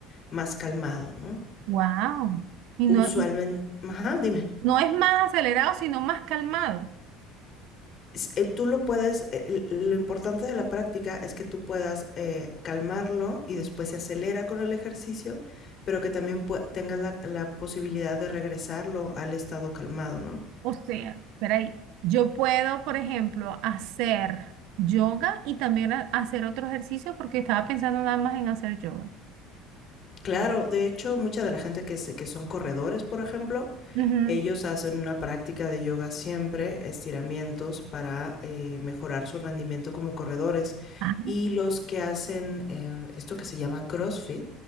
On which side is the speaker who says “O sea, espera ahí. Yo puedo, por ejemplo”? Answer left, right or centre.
Right